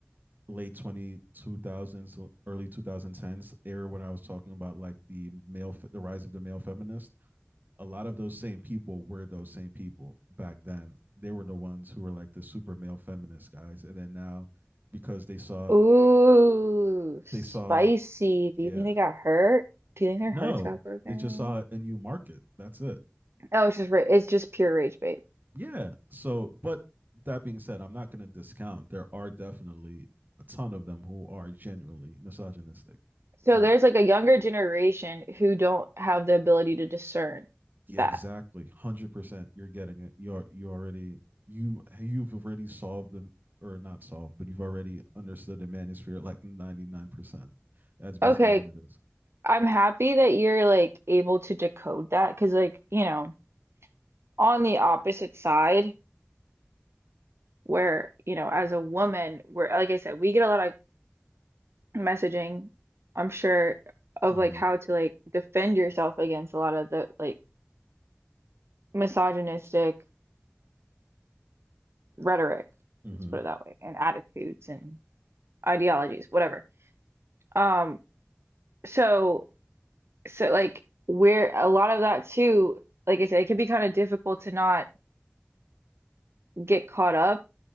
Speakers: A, on the right (about 45°); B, on the right (about 75°).
A: late 20 two thousands, early 2010s era when i was talking about like the male the rise of the male feminist a lot of those same people were those same people back then they were the ones who were like the super male feminist guys and then now because they
B: <laughs>
A: saw
B: Ooh, spicy.
A: they saw
B: Do
A: yeah
B: you think they got hurt? Do you think their
A: no
B: hearts got broken?
A: they just saw a new market that's it
B: Oh, it's just ra it's just pure rage bait.
A: yeah so but that being said i'm not going to discount there are definitely a ton of them who are genuinely misogynistic
B: So
A: who
B: there's
A: make
B: like a younger generation who don't have the ability to discern
A: Yeah,
B: that.
A: exactly. one Hundred percent. You're getting it. You're you already you you've already solved them or not solved, but you've already understood the manosphere like ninety nine percent. That's basically
B: Okay,
A: what it is.
B: I'm happy that you're like able to decode that because like, you know, on the opposite side where, you know, as a woman, we're like I said, we get a lot of messaging, I'm sure, of
A: Mm-hmm.
B: like how to like defend yourself against a lot of the like misogynistic rhetoric,
A: Mm-hmm.
B: let's put it that way, and attitudes and ideologies, whatever. Um, so so like we're a lot of that too, like I said, it can be kind of difficult to not get caught up